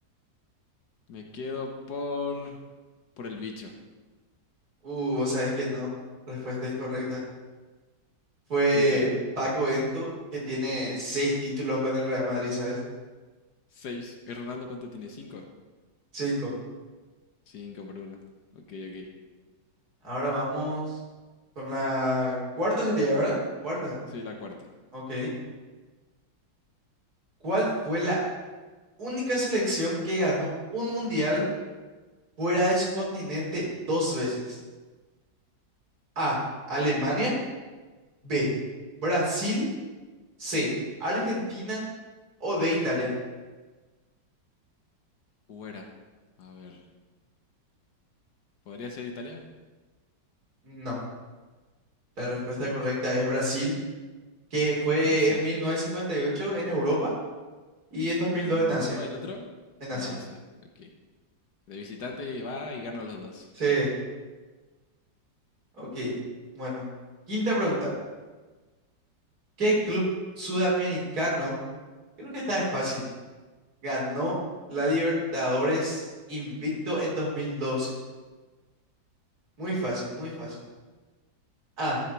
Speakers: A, on the left; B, on the right.
A: Me quedo por. por el bicho.
B: Uh, vos sabés que no. Respuesta incorrecta. Fue
A: ¿Quién sería?
B: Paco Bento, que tiene seis títulos con el Real Madrid, ¿sabes?
A: Seis. ¿Y Ronaldo cuánto tiene? ¿Cinco?
B: Cinco.
A: Cinco por uno. Ok, ok.
B: Ahora vamos con la cuarta sería, ¿verdad? Cuarta.
A: Soy la cuarta.
B: Ok. ¿Cuál fue la única selección que ganó un mundial fuera de su continente dos veces? A. Alemania. B. Brasil. C. Argentina o de Italia.
A: Fuera. A ver. ¿Podría ser Italia?
B: No. La respuesta correcta es Brasil. que fue
A: Brasil.
B: en 1958 en Europa y en 2002
A: Uno en
B: en
A: Europa,
B: Asia.
A: el otro
B: En
A: en
B: Asia.
A: Asia. Ok. De visitante va y gana los dos.
B: Sí, ok. Bueno, quinta pregunta. ¿Qué club sudamericano, creo que esta es fácil, ganó la Libertadores invicto en 2012? Muy fácil, muy fácil. A,